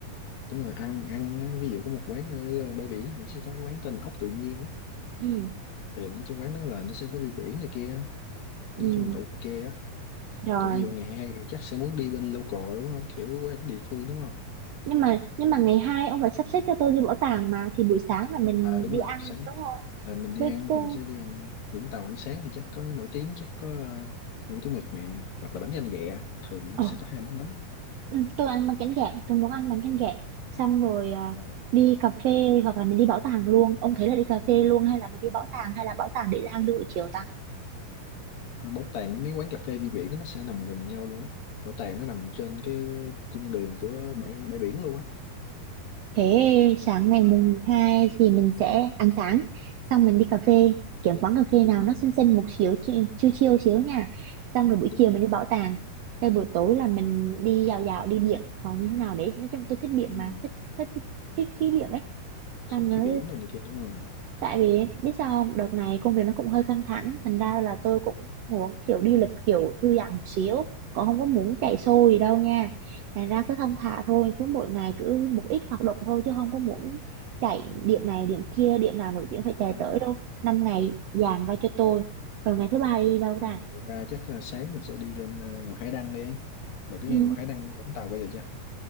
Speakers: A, on the left (about 80°); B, on the right (about 65°).
A: đúng rồi ăn ăn á, ví dụ có một quán ở ờ, bãi biển thì sẽ có cái quán tên là ốc tự nhiên á
B: Ừ,
A: thì nói chung quán đó là nó sẽ có view biển này kia
B: ừ.
A: nói chung là ok á
B: Rồi
A: còn ví dụ ngày hai thì chắc sẽ muốn đi bên local đúng không kiểu quán địa phương đúng không
B: nhưng mà nhưng mà ngày hai ông phải sắp xếp cho tôi đi bảo tàng mà thì buổi sáng là mình
A: à đúng
B: đi
A: rồi
B: ăn
A: sáng
B: đúng không
A: à, mình đi
B: với
A: ăn
B: tôi
A: thì mình sẽ đi ăn Vũng Tàu ăn sáng thì chắc có nổi tiếng chắc có ờ, hủ tiếu mực nè hoặc là bánh canh ghẹ thường nó
B: ờ,
A: sẽ có hai món đó
B: ừ, tôi ăn bánh canh gẹ tôi muốn ăn bánh canh gẹ xong rồi à,
A: à,
B: đi cà phê hoặc là mình đi bảo tàng luôn ông thấy là đi cà phê luôn hay là mình đi bảo tàng hay là bảo tàng để ăn đi buổi chiều ta
A: à, bảo tàng với mấy quán cà phê view biển á, nó sẽ nằm gần nhau luôn á bảo tàng nó nằm trên cái cung đường của bãi bãi biển luôn á
B: Thế sáng ngày
A: à,
B: mùng 2 thì mình sẽ ăn sáng, xong mình đi cà phê, kiếm quán cà phê
A: đúng
B: nào
A: rồi
B: nó xinh xinh một xíu, chi- chill chill xíu nha. Xong rồi buổi
A: đúng
B: chiều
A: rồi
B: mình đi bảo tàng. Cái buổi tối là mình
A: à,
B: đi dạo dạo, đi biển hoặc như thế nào đấy. Nói chung tôi thích biển
A: đúng
B: mà,
A: rồi
B: thích thích thích khí biển ấy.
A: không
B: Xong rồi
A: khí biển đồ này kia đúng không
B: Tại vì biết sao không? Đợt này công việc nó cũng hơi căng thẳng, thành ra là tôi cũng muốn kiểu đi lịch kiểu thư giãn một xíu, cũng không có muốn chạy xô
A: à,
B: gì đâu nha. Thành ra cứ thong thả thôi, cứ mỗi ngày cứ một ít hoạt động thôi chứ không có muốn chạy điểm này điểm kia, điểm nào nổi tiếng phải chạy
A: đúng
B: tới
A: rồi
B: đâu. Năm ngày dàn ra cho tôi, rồi ngày thứ ba đi đâu
A: Mình-
B: ta?
A: Vậy ba chắc ờ, sáng mình sẽ đi lên ờ, ngọn Hải Đăng đi. Bà có nghe
B: Ừ,
A: ngọn Hải Đăng Vũng Tàu bao giờ chưa?